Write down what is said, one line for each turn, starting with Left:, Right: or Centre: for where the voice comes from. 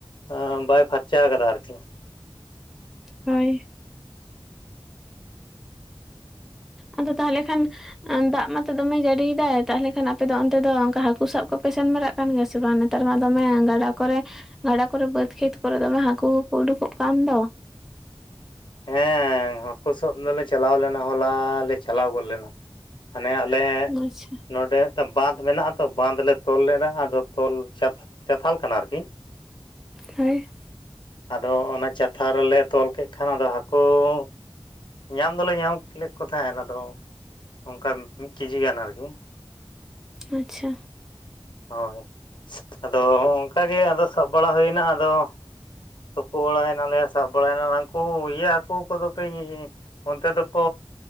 Left: ᱟᱻ ᱵᱟᱭ ᱯᱷᱟᱨᱪᱟ ᱟᱠᱟᱫᱟ ᱟᱨᱠᱤ ᱾
Centre: ᱦᱳᱭ ᱟᱫᱚ ᱛᱟᱦᱟᱞᱮ ᱠᱷᱟᱱ ᱼᱼ ᱫᱟᱜ ᱢᱟᱛᱚ ᱫᱚᱢᱮ ᱡᱟᱹᱲᱤᱭᱮᱫᱟᱭ, ᱛᱟᱦᱟᱞᱮ ᱠᱷᱟᱱ ᱟᱯᱮ ᱫᱚ ᱚᱱᱛᱮ ᱫᱚ, ᱠᱟ ᱦᱟᱹᱠᱩ ᱥᱟᱵ ᱠᱚᱯᱮ ᱥᱮᱱ ᱵᱟᱲᱟᱜ ᱼᱼ ᱠᱟᱱ ᱜᱮᱭ-ᱟ ᱥᱮ ᱵᱟᱝ? ᱱᱮᱛᱟᱨ ᱢᱟ ᱫᱚᱢᱮ ᱜᱟᱰᱟ ᱠᱚᱨᱮ ᱼᱼ ᱜᱟᱰᱟ ᱠᱚᱨᱮ ᱵᱟᱹᱫᱽ ᱠᱷᱮᱛ ᱠᱚᱨᱮ, ᱫᱚᱢᱮ ᱦᱟᱹᱠᱩ ᱠᱚᱼᱠᱚ ᱩᱰᱩᱠᱚ-ᱜ ᱠᱟᱱ ᱫᱚ।
Left: ᱦᱮᱸᱻ ᱦᱟᱹᱠᱩ ᱥᱟᱵ ᱫᱚᱞᱮ ᱪᱟᱞᱟᱣ ᱞᱮᱱᱟ, ᱦᱚᱞᱟᱻ ᱞᱮ ᱪᱟᱞᱟᱣ ᱜᱚᱫ ᱞᱮᱱᱟ। ᱦᱟᱱᱮ ᱟᱞᱮ ᱼᱼ
Centre: ᱟᱪᱪᱷᱟ
Left: ᱱᱚᱰᱮ ᱢᱤᱫᱴᱮᱱ ᱵᱟᱸᱫᱽᱷ ᱢᱮᱱᱟᱜᱼᱟ᱾ ᱛᱚ, ᱵᱟᱸᱫᱽᱷ ᱞᱮ ᱛᱚᱞ ᱞᱮᱫᱟ ᱟᱫᱚ ᱛᱚᱞ ᱪᱟ ᱪᱟᱛᱷᱟᱞ ᱠᱟᱱᱟ ᱟᱨᱠᱤ।
Centre: ᱦᱳᱭ
Left: ᱟᱫᱚ ᱚᱱᱟ ᱪᱟᱛᱷᱟ ᱨᱮᱞᱮ ᱛᱚᱞ ᱠᱮᱫ ᱠᱷᱟᱱ, ᱟᱫᱚ ᱦᱟᱹᱠᱩ ᱼᱼ ᱧᱟᱢ ᱫᱚᱞᱮ ᱧᱟᱢ ᱞᱮᱜ ᱠᱚ ᱛᱟᱦᱮᱸᱱ, ᱟᱫᱚ ᱚᱱᱠᱟ ᱢᱤᱫ ᱠᱮᱡᱤ ᱜᱟᱱ ᱟᱨᱠᱤ।
Centre: ᱟᱪᱪᱷᱟ᱾
Left: ᱦᱳᱭ, ᱟᱫᱚ ᱚᱱᱠᱟ ᱜᱮ, ᱟᱫᱚ ᱥᱟᱵ ᱵᱟᱲᱟ ᱦᱩᱭᱱᱟ। ᱟᱫᱚ ᱼᱼ ᱛᱩᱯᱳ ᱵᱟᱲᱟᱭ ᱱᱟᱞᱮ, ᱥᱟᱵ ᱵᱟᱲᱟᱭ ᱱᱟᱞᱮ। ᱩᱱᱠᱩ ᱤᱭᱟᱹ ᱦᱟᱹᱠᱩ ᱠᱚᱼᱫᱚ ᱯᱮ ᱼᱼ ᱚᱱᱛᱮ ᱫᱚ-ᱠᱚ